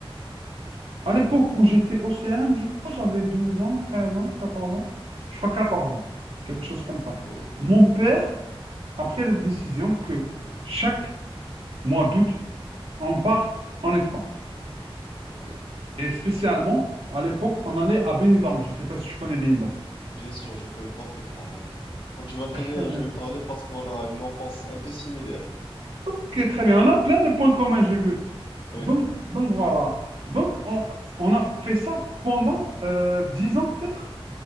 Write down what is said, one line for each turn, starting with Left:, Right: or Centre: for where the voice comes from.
Right: à l'époque où j'étais au OCM, je crois, j'avais 12 ans, 13 ans, 14 ans. Je crois 14 ans, quelque chose comme ça.
Left: Oui,
Right: Mon père a pris la décision que chaque mois d'août, on part en Espagne.
Left: oui,
Right: Et spécialement, à l'époque, on allait à Benidorm. Je ne sais pas si tu connais Benidorm.
Left: bien sûr, je connais parfaitement. Donc, je- quand tu vas finir,
Right: Très bien.
Left: je vais parler parce qu'on a une enfance un peu similaire.
Right: Ok, très bien. On a plein de points communs, j'ai vu.
Left: Oui,
Right: Donc, donc voilà. Donc, on, on a fait ça pendant euh, 10 ans, peut-être.